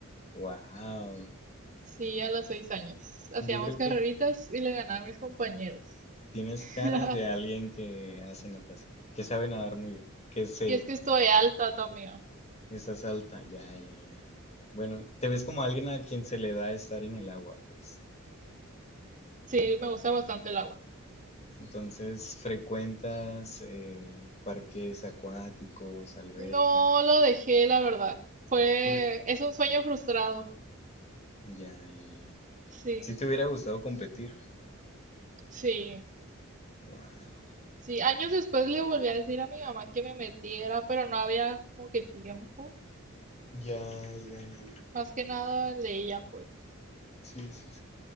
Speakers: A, on the left (about 30°); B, on the right (about 35°).
A: Wow.
B: sí, a los seis años. Hacíamos
A: Yo creo
B: carreritas
A: que
B: y le ganaba a mis compañeros.
A: tienes cara
B: <laughs>
A: de alguien que hace natación, que sabe nadar muy bien, que se
B: Y es que estoy alta también.
A: estás alta. Ya, ya, ya. Bueno, te ves como alguien a quien se le da estar en el agua, pues.
B: Sí, me gusta bastante el agua.
A: Entonces frecuentas eh, parques acuáticos, albercas.
B: No lo dejé, la verdad. Fue,
A: Por-
B: es un sueño frustrado.
A: Ya, ya, ya.
B: Sí,
A: Si te hubiera gustado competir.
B: sí.
A: Guau.
B: Sí, años después le volví a decir a mi mamá que me metiera, pero no había como que tiempo.
A: Ya, ya, ya.
B: Más que nada el de ella pues.
A: Sí, sí, sí.